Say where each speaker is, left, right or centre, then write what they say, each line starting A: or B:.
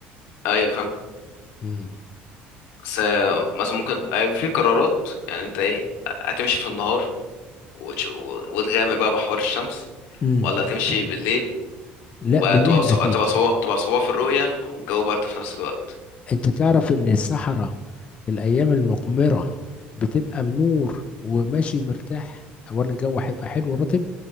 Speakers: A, on the left (about 85°); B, on the left (about 30°).
A: ايوه فاهم
B: امم
A: بس آه، مثلا ممكن آه، في قرارات يعني انت ايه هتمشي في النهار وتش- و- وتغامر بقى بحوار الشمس
B: امم
A: ولا هتمشي بالليل
B: لا
A: وبقى
B: بالليل
A: تبقى صو...
B: اكيد
A: تبقى صو... تبقى صعوبة في الرؤية والجو برد في نفس الوقت
B: انت تعرف ان الصحراء في الايام المقمرة بتبقى منور وماشي مرتاح اولا الجو هيبقى حلو ورطب